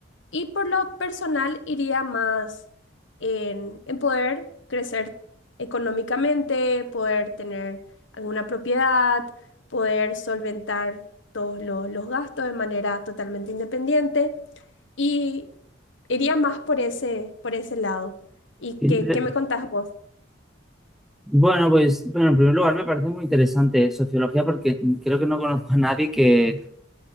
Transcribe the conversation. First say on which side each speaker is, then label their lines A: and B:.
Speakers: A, on the left (about 65°); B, in the centre.
A: Y por lo personal iría más en, en poder crecer económicamente, poder tener alguna propiedad, poder solventar todos lo- los gastos de manera totalmente independiente. Y iría más por ese, por ese lado. ¿Y
B: Qué inter-
A: qué, qué me contás vos?
B: Bueno, pues bueno, en primer lugar me parece muy interesante sociología porque creo que no conozco a nadie que,